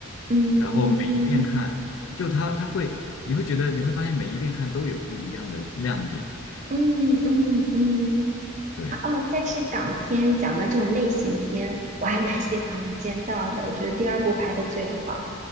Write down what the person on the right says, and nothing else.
嗯
嗯嗯嗯，
啊哦，但是港片讲到这种类型片，我还蛮喜欢《无间道》的，我觉得第二部拍的最好。